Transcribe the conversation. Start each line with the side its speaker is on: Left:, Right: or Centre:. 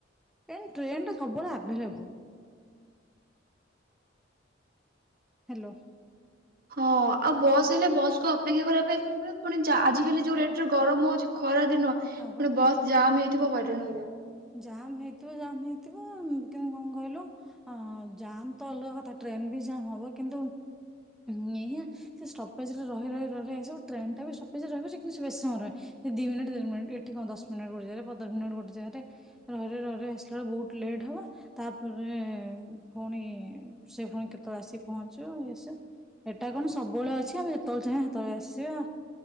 Centre: ଏ ଟ୍ରେନଟା ସବୁବେଳେ ଆଭେଲେବୁଲ। ହାଲୋ।
Right: ହଁ ଆଉ ବସ୍ ହେଲେ ବସକୁ ଅପେକ୍ଷା କରିବା ପାଇଁ ଫୁଣି ପଡିବ ଫୁଣି ଆଜିକାଲି ଯୋଉ ରେଟରେ ଗରମ ହୋଉଚି ଖରା ଦିନ ଫୁଣି
Centre: ହଁ ବା
Right: ବସ୍ ଜାମ୍ ହେଇ ଥିବ ହଇରାଣ ହବା।
Centre: ଜାମ୍ ହେଇଥିବ ଜାମ୍ ହେଇଥିବ କିନ୍ତୁ କଣ କହିଲୁ ଅଁ ଜାମ୍ ତ ଅଲଗା କଥା ଟ୍ରେନ୍ ବି ଜାମ୍ ହବ କିନ୍ତୁ ଉଁ ଏହି ସେ ଷ୍ଟପେଜରେ ରହି ରହିି ରହି ଆସିବ ସେ ଟ୍ରେନଟା ବି ଷ୍ଟପେଜରେ ରହିବ ଯେ କିନ୍ତୁ ସେ ବେଶୀ ସମୟ ରହିବ ସେ ଦି ମିନିଟ୍ ଦେଢ଼ ମିନିଟ୍ ଏଠି କଣ ଦଶ ମିନିଟ ଗୋଟେଜାଗାରେ ପନ୍ଦର ମିନିଟ୍ ଗୋଟେ ଜାଗାରେ ରହି ରହି ରହି ରହି ଆସିଲା ଓଳୁ ବୋହୁତ ଲେଟ ହବ ତାପରେ ଫୁଣି ସେ ଫୁଣି କେତୋଳେ ଆସିକି ପହଞ୍ଚିବ ଇଏ ସିଏ। ଏଟା କଣ ସବୁବେଳେ ଅଛି ଆମେ ଯେତେବେଳେ ଚାହିଁବା ସେତେବେଳେ ଆସିବା